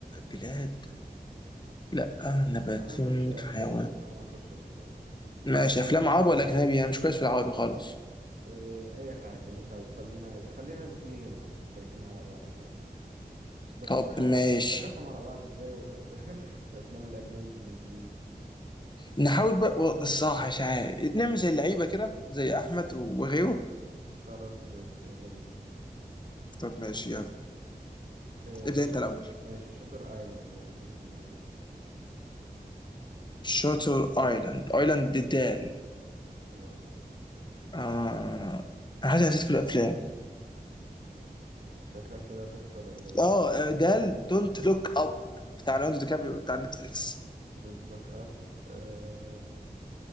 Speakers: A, on the left (about 30°); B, on the right (about 60°).
A: بلاد لا نبات
B: تعالى نخش افلام
A: حيوان
B: تعالى نخش افلام
A: ماشي افلام عربي ولا اجنبي انا مش كويس في العربي خالص
B: أه اي حاجه اللي انت عايزه خلينا خلينا الاتنين عادي سايحين على بعض يلا بس
A: طب
B: ه-
A: ماشي
B: هنسيحهم على بعض ازاي والأس... <laughs> الافلام الاجنبي بالانجليزي
A: نحاول بقى و- الصراحة مش عارف نعمل زي اللعيبة كده زي أحمد وغيره
B: خلاص ماشي يلا بينا
A: طب ماشي يلا
B: أه
A: ابدأ أنت
B: ش-
A: الأول
B: ماشي شاتر ايلاند ولا جه في دماغي
A: شاتر ايلاند ايلاند دي دال
B: اه
A: آه... انا حاسس إني نسيت كل الافلام
B: شكلك كده هتخسر ولا ايه
A: اه آه، دال دونت لوك اب بتاع ليوناردو دي كابريو بتاع نتفليكس
B: دونت لوك اب أه